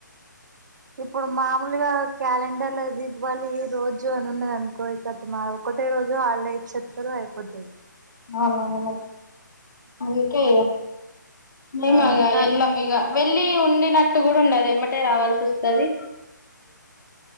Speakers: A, on the right (about 60°); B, on the left (about 65°).
A: ఇప్పుడు మామూలుగా క్యాలెండర్ ఇట్లా దీపావళి ఈ రోజు అని ఉన్నాది అనుకో కత మా ఒకటే రోజు వాళ్ళు ఇచ్చేస్తారు అయిపోతుది
B: అలోలో అందుకే నిమగ
A: ఆ తర్
B: ఎలాగ వెళ్లి ఉండినట్టు కూడా ఉండది ఎమటే రావాల్సి వస్తుది